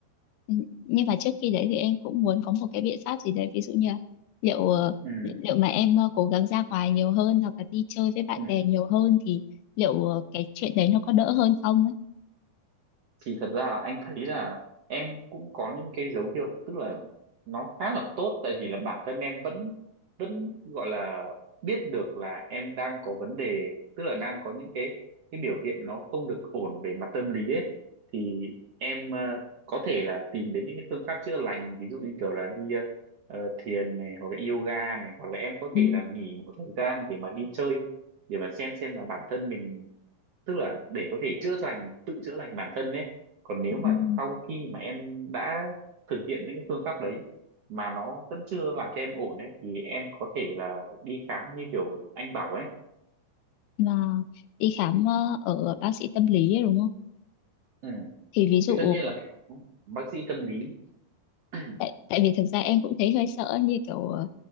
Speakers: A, on the left; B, on the right.
A: Ừ, nhưng mà trước khi đấy thì em cũng muốn có một cái biện pháp gì đấy ví dụ như là liệu ờ,
B: ừ,
A: li- liệu mà em ờ, cố gắng ra ngoài nhiều hơn hoặc là đi chơi với bạn
B: ừ.
A: bè nhiều hơn thì liệu ờ, cái chuyện đấy nó có đỡ hơn không ấy
B: thì thật ra là anh thấy là em cũng có những cái dấu hiệu tức là nó khá là tốt tại vì là bản thân em vẫn vẫn gọi là biết được là em đang có vấn đề tức là đang có những cái cái biểu hiện nó không được ổn về mặt tâm lý ấy thì em ờ, có thể là tìm đến những cái phương pháp chữa lành ví dụ như kiểu là đi ờ, ờ, thiền này hoặc là yoga này hoặc là em có
A: ừ.
B: thể là nghỉ một thời gian để mà đi chơi để mà xem xem là bản thân mình tức là để có thể chữa lành tự chữa lành bản thân đấy còn nếu
A: Ừ.
B: mà sau khi mà em đã thực hiện những cái phương pháp đấy mà nó vẫn chưa làm cho em ổn ấy thì em có thể là đi khám như kiểu anh bảo ấy
A: Là đi khám ờ, ở bác sĩ tâm lý ấy, đúng không
B: ừ.
A: thì ví dụ
B: thì tất nhiên là phải khám bác sĩ tâm lý <clears throat>
A: tại, tại vì thực ra em cũng thấy hơi sợ như kiểu ờ,